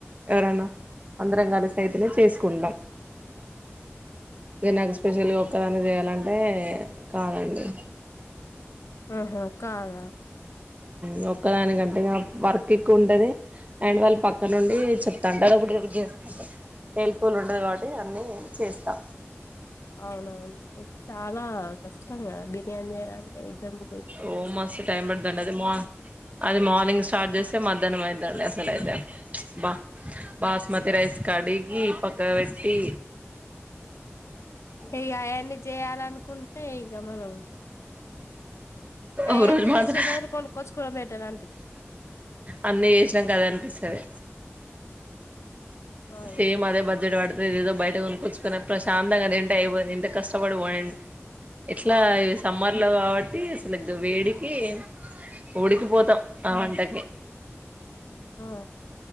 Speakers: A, on the right; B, on the left.
A: ఎవరన్నా అందరం కలిసైతేనె చేసుకుంటం దినకు స్పెషలు తన చేయాలంటే కానండి
B: ఆహ కాద
A: ఊ ఒక్కదానికంటే వర్క్ ఎక్కువ ఉంటది అండ్ వాళ్ళు పక్క నుండి చెప్తాంటారు <unintelligible> హెల్ప్ఫుల్ ఉంటది కాబట్టి అన్నీ చేస్తా
B: అవునవును చాలా కష్టం కష్టం కదా బిర్యానీ చెయ్యడానికి ఇద్దము
A: ఓ మస్తు టైం పడుదండి అది అది మార్నింగ్ స్టార్ట్ చేస్తే మధ్యాహ్నం అయి దర్లేస్తలేదేం బా బాస్మతి రైస్ కడిగి పక్కకు పెట్ ఈ
B: ఇక అయన్నీ చేయాలనుకుంటే ఇగ మనం
A: ఒక
B: అయన్ని
A: రోజు మాత్రం
B: చేసే బదులు కొనుక్కొచ్చుకోవడం బెటర్ అనిపి
A: అన్నీ చేసినాం గదా అనిపిస్తది,
B: అవును
A: సేమ్ అదే బడ్జెట్ పడుత్ దెదేదో బయట కొచ్చుకొని ప్రశాంతంగా తింట్. డైవర్ ఎంత కష్టపడు పోయే. ఉ ఎట్లా ఇవి సమ్మర్ లో కాబట్ తీస్ లడ్డు వేడికి ఊడికిపోతాం ఆ వంటకి
B: ఆ